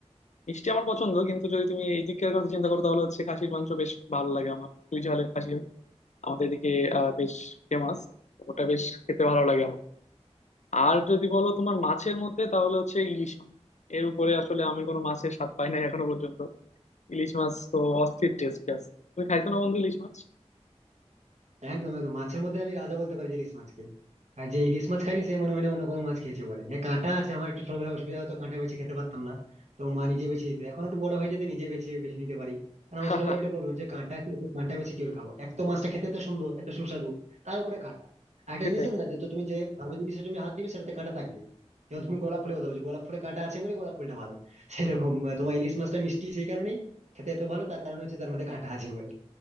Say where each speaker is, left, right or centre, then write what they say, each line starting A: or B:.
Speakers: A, on the left; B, on the right.
A: মিষ্টি আমার পছন্দ কিন্তু যদি তুমি এই দিকের কথা চিন্তা করো তাহলে হচ্ছে খাসির মাংস বেশ ভালো লাগে আমার দুই ঝালের খাসি আমাদের এদিকে আহ, বেশ ফেমাস ওটা বেশ খেতে ভালো লাগে আমার আর যদি বলো তোমার মাছের মধ্যে তাহলে হচ্ছে ইলিশ মাছ এর উপরে আসলে আমি কোনো মাছের স্বাদ পাই নাই এখনো পর্যন্ত ইলিশ মাছ তো অস্থির টেস্ট জাস্ট তুমি খাইছো না বন্ধু ইলিশ মাছ
B: একদম একদম মাছের মধ্যে আমি রাজা বলতে পারি যে ইলিশ মাছকে আর যে ইলিশ মাছ খাইনি সে মনে হয় না অন্য কোনো মাছ খেয়েছে বলে হ্যাঁ কাঁটা আছে আমার একটু ছোটবেলায় অসুবিধা হতো কাঁটা বেছে খেতে পারতাম না তো মা নিজে বেছে দিত এখন একটু বড় হয়ে যেতে নিজে বেছে বেছে নিতে পারি আর
A: <laughs>
B: আমার ছোটবেলায় ওইটা প্রবলেম যে কাঁটা আছে তো কাঁটা বেছে কি করে খাবো এক তো মাছটা খেতে এত সুন্দর এত সুস্বাদু তার উপরে কাঁটা আর একটা
A: সেটাই
B: জিনিস আছে না যে তো তুমি যে ভালো জিনিসে তুমি হাত দিবে সেটাতে কাঁটা থাকবে যেমন তুমি গোলাপ ফুলের কথা বলছো গোলাপ ফুলে কাঁটা আছে বলে গোলাপ ফুলটা ভালো সেরকম আহ, তোমার ইলিশ মাছটা মিষ্টি সেই কারণেই খেতে এত ভালো তার কারণে হচ্ছে তার মধ্যে কাঁটা আছে বলে